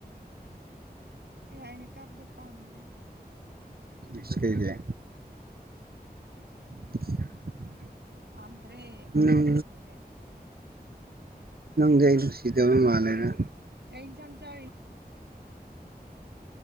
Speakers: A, on the right; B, on the right.
A: ꯑꯦꯥꯏꯩꯅ ꯀꯥꯞꯕꯗꯣ ꯄꯥꯝꯗ꯭ꯔꯦ
B: ꯒꯤ <inaudible>
A: ꯄꯥꯟꯗ꯭ꯔꯦ ꯄꯥꯟꯗ꯭ꯔꯦ
B: ꯅꯪ
A: ꯑꯗꯨꯦ
B: ꯅꯪꯗꯤ ꯑꯩ ꯅꯨꯡꯁꯤꯗꯕ ꯃꯥꯜꯂꯦꯗ
A: ꯀꯩ ꯆ ꯆ